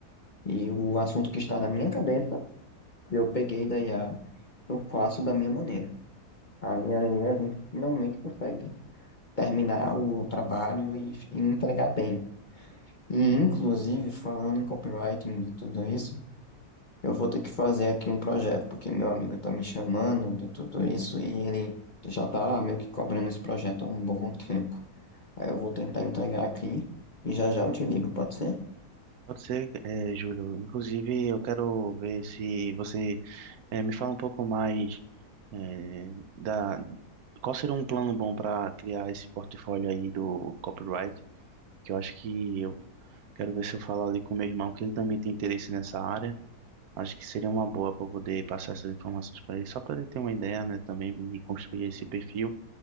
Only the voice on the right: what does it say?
Pode ser, é, Júlio. Inclusive, eu quero ver se você É, me fala um pouco mais é, da qual seria um plano bom para criar esse portfólio aí do copyright, que eu acho que eu quero ver se eu falo ali com meu irmão, que ele também tem interesse nessa área. Acho que seria uma boa para poder passar essas informações para ele, só para ele ter uma ideia, né, também de construir esse perfil